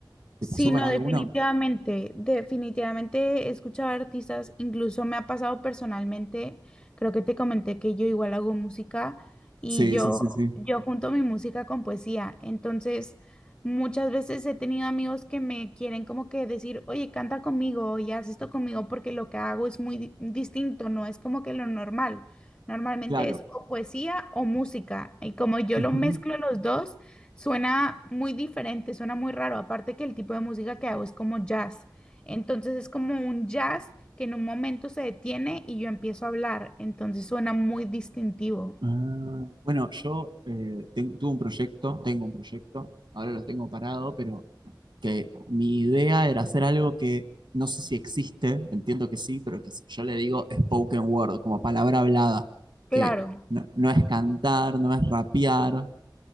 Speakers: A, on the right (about 75°); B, on the left (about 20°).
A: ¿Te
B: Sí,
A: pasó con
B: no,
A: alguno?
B: definitivamente, definitivamente escuchar artistas, incluso me ha pasado personalmente, creo que te comenté que yo igual hago música y
A: Sí,
B: yo,
A: sí, sí, sí.
B: yo junto mi música con poesía, entonces muchas veces he tenido amigos que me quieren como que decir, oye, canta conmigo y haz esto conmigo porque lo que hago es muy di- distinto, no es como que lo normal, normalmente
A: Claro.
B: es o poesía o música y como yo
A: Ujú.
B: lo mezclo los dos. Suena muy diferente, suena muy raro, aparte que el tipo de música que hago es como jazz. Entonces es como un jazz que en un momento se detiene y yo empiezo a hablar, entonces suena muy distintivo.
A: Ah, bueno, yo eh, ten- tuve un proyecto, tengo un proyecto, ahora lo tengo parado, pero que mi idea era hacer algo que no sé si existe, entiendo que sí, pero que s- yo le digo spoken word, como palabra hablada, que
B: Claro.
A: no, no es cantar, no es rapear,